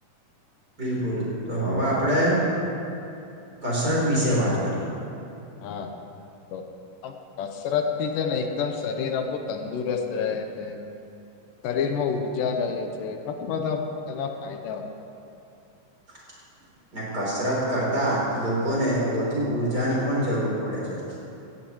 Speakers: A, on the right; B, on the left.
A: બિલકુલ તો હવ આપણેે કસરત વિશે વાત કરીએ.
B: હા તો આમ કસરત થી છે ને એકદમ શરીર આપણું તંદુરસ્ત રહે છે શરીરમાં ઊર્જા રહે છે, ઘણા બધા એના ફાયદાઓ.
A: <inaudible> ને કસરત કરતા લોકોને વધુ ઉર્જાની પણ જરૂર પડે છે.